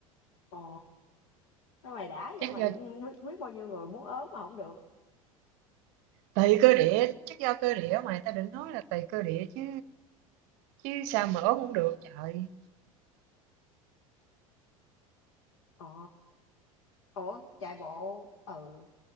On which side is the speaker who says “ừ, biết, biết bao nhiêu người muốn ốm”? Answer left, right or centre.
Left